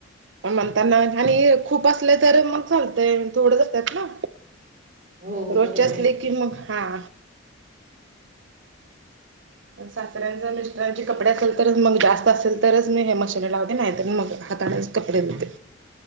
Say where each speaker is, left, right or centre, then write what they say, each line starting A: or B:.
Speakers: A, on the right; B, on the right.
A: पण म्हणताना आणि खूप असले तर मग चालत थोडंच असतात ना.
B: हो
A: रोजच्या
B: बरोबर
A: असले
B: आहे
A: की मग हां पण सासऱ्यांचा मिस्टरांचे कपडे असेल तर मग जास्त असेल तरच मी हे मशीन लावते नाहीत मग हातानेच कपडे धुणे.